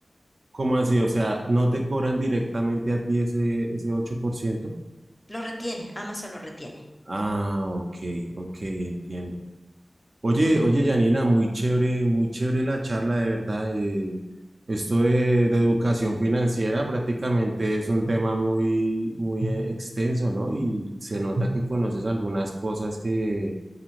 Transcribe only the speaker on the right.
¿Cómo así? O sea, ¿no te cobran directamente a ti ese, ese ocho por ciento.
Ah, ok, ok, entiendo. Oye,
oye, Janina, muy chévere, muy chévere la charla, de verdad. eh, esto de, de educación financiera prácticamente es un tema muy, muy eh, extenso, ¿no? Y se nota que conoces algunas cosas que,